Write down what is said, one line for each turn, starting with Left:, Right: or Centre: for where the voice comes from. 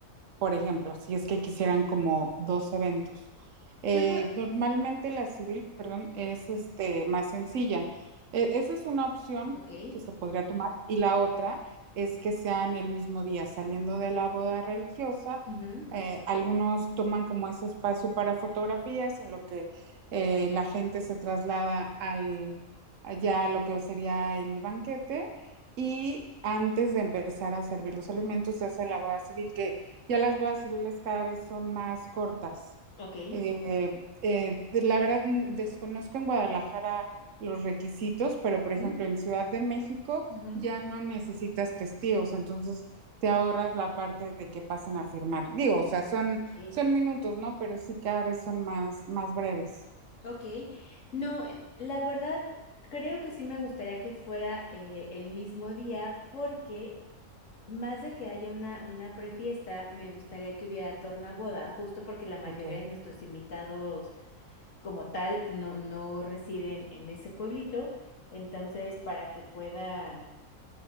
Right: por ejemplo, si es que quisieran como dos eventos. Eh,
Left: Yo creo,
Right: normalmente la civil, perdón, es este, más sencilla. E- esa es una opción
Left: ok,
Right: que se podría tomar y la otra es que sean el mismo día, saliendo de la boda religiosa.
Left: ujú,
Right: eh, algunos toman como ese espacio para fotografías en lo que eh, la gente se traslada al, allá a lo que sería el banquete y antes de empezar a servir los alimentos se hace la boda civil que ya las voy a subirles cada vez son más cortas.
Left: ok,
Right: Eh, eh, de- la verdad, mm, desconozco en Guadalajara los requisitos, pero por ejemplo
Left: ujú,
Right: en Ciudad de México
Left: ujú.
Right: ya no necesitas testigos, entonces te ahorras la parte de que pasen a firmar. Digo, o sea,
Left: Ah,
Right: son,
Left: ok,
Right: son minutos, ¿no? Pero sí cada vez son más, más breves.
Left: ok. No, eh, la verdad, creo que sí me gustaría que fuera eh, el mismo día porque Más de que haya una, una prefiesta, me gustaría que hubiera tornaboda, justo porque la mayoría
Right: Ok.
Left: de nuestros invitados como tal no, no residen en ese pueblito. Entonces, para que puedan,